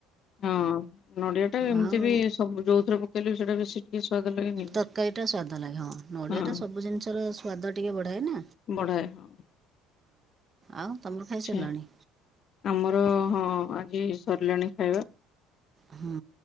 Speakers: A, on the left (about 50°); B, on the right (about 35°).
A: ହଁ ନଡିଆଟା ଏମିତି
B: ଆଉ
A: ବି ସବୁ ଯୋଉଥିରେ ପକେଇଲେ ବି ସେଇଟା ବେଶୀ ଟିକେ ସ୍ଵାଦ ଲାଗେନି କି?
B: ତରକାରୀ ଟା ସ୍ଵାଦ ଲାଗେ ହଁ ନଡିଆଟା
A: ହଁ
B: ସବୁ ଜିନିଷର ସ୍ଵାଦ ଟିକେ ବଢାଏ ନା।
A: ହଁ।
B: ଆଉ ତମର ଖାଇସାରିଲାଣି?
A: ଆଛା ଆମର ହଁ ଆଜି ସରିଲାଣି ଖାଇବା।
B: ହଁ